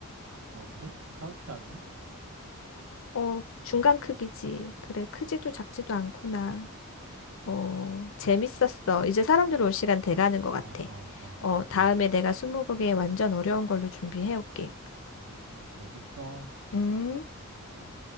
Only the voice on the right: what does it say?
아, 그래? 작지 않나?
어, 어, 어,
그래.
음, 음, 알겠어.
음.